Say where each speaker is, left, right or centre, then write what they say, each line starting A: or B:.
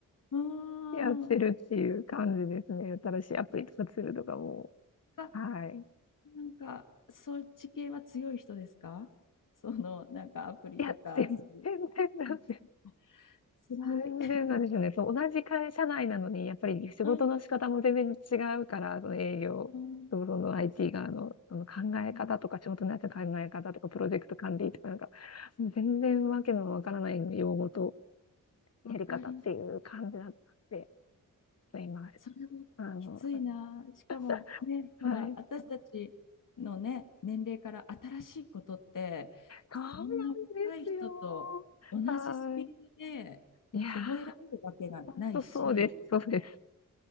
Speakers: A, on the left; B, on the left.
A: うーん。
B: やってるっていう感じですね。新しいアプリとかツールとかも。
A: あ、
B: はい。
A: なんか、そっち系は強い人ですかその、なんかアプリとか、
B: いや、全然全然なんです、
A: そういう。うん辛い。
B: 全然なんですよね。そう、同じ会社内なのに、やっぱり仕事の仕方も全然違うから、
A: <laughs> うん、
B: その営業とその
A: うん、
B: IT 側の、その考え方とか、
A: うん
B: 仕事のやつの考え方とか、プロジェクト管理とか、なんか、もう全然わけのわからない用語とやり方っていう感じだったんで、
A: わかります。
B: ちょっと今、
A: それもきついな。
B: あの、
A: しかもね、
B: <laughs> はい。
A: ほら、私たちのね、年齢から新しいことって、
B: そうなんですよ。
A: そんな若い人と同じスピードで覚えられるわけがないし、
B: はい。いやー、本当そうです、そうです。